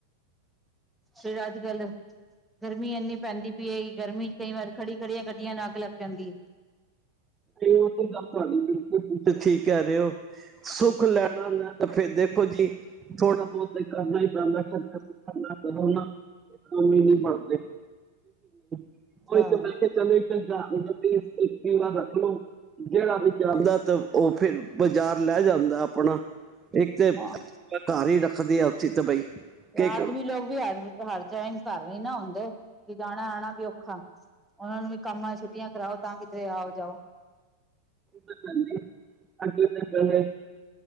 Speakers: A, in the centre; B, on the right (about 20°).
A: ਫਿਰ ਅੱਜ -ਕੱਲ੍ਹ ਗਰਮੀ ਇਨੀ ਪੈਂਦੀ ਪਈ, ਇਹ ਗਰਮੀ ਕਈ ਵਾਰ ਖੜੀ ਖੜੀਆਂ ਕੱਢੀਆਂ ਅੱਗ ਲੱਗ ਜਾਂਦੀ ਹੈ।
B: ਨਹੀਂ ਉਹ ਤੇ ਗ ਤੁਹਾ ਬਿਲਕੁਲ ਤੁ ਠੀਕ ਕਹਿ ਰਹੇ ਹੋ ਸੁੱਖ ਲੈਣਾ ਤੇ ਫਿਰ ਦੇਖੋ ਜੀ ਥੋੜਾ ਬਹੁਤ ਕਰਨਾ ਹੀ ਪੈਂਦਾ ਖਰਚਾ ਕੰ ਬਣ <inaudible> ਉਹੀ
A: ਹੈ
B: ਕੇ ਮੈ ਚਲ <inaudible> <unintelligible> ਜਿਹੜਾ ਵੀ ਜਾਂਦਾ ਤੇ, ਉਹ ਫੇਰ ਬਾਜ਼ਾਰ ਲੈ ਜਾਂਦਾ ਆਪਣਾ। ਇੱਕ ਤੇ ਐਕਟੀਵਾ
A: ਹਾਂ
B: ਘਰ ਰੱਖਦੀ ਆ ਉਥੀਤ ਬਈ <inaudible> ਕੀ
A: ਆਦਮੀ ਲੋਕ ਵੀ, ਹਰ ਹਰ ਜਾ ਘਰ ਨੀ ਨਾ ਹੁੰਦੇ ਵੀ ਜਾਣਾ- ਆਉਣਾ ਵੀ ਔਖਾ, ਉਹਨਾ ਨੂੰ ਵੀ ਕੰਮਾਂ ਛੁੱਟੀਆਂ ਕਰਾਓ ਤਾਂ ਕਿਧਰੇ ਆਓ ਜਾਓ।
B: ਪਤਾ ਨੀ <inaudible> ਅੱਗੇ ਤੇ ਪਹਿਲੇ